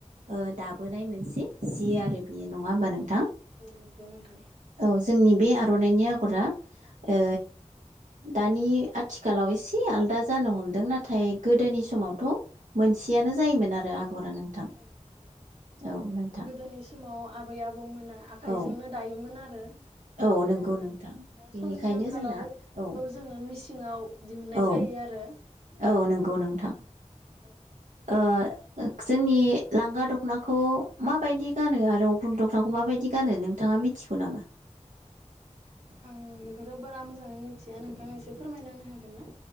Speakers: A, on the right (about 80°); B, on the right (about 50°).
A: ओ दाबोनाय मोनसे जि आरो बेयो नङा होमबा नोंथां।
B: नंगौ नोंथां
A: औ जोंनि बे आर'नाइनि आगरा ओ दानि
B: हाजो
A: आथिखालाव एसे आलदा जानो हमदों नाथाय गोदोनि समावथ' मोनसेयानो जायोमोन आरो आगरा नोंथां
B: औ नंगौ
A: औ नोंथां।
B: गोदोनि समाव आबै आबौमोना आखाइजोंनो
A: औ
B: दायोमोन आरो आरो
A: औ
B: नाथाय
A: नंगौ नोंथां
B: दा
A: बेनिखायनो
B: समनि आंखालाव
A: जोंना औ
B: बेखौ जोङो मिसि सिङाव दिहुननाय
A: औ
B: जायो आरो
A: औ नंगौ नोंथां
B: औ नंगौ
A: ओ जोंनि लांगा दख'नाखौ माबायदि गानो आरो अख्रं दख्रांखौ माबायदि गानो नोंथाङा मिथिगौ नामा?
B: आं बेखौथ' बारा मोजाङै मिथिया नोंथाङा एसे फोरमायना होनो हागोन ना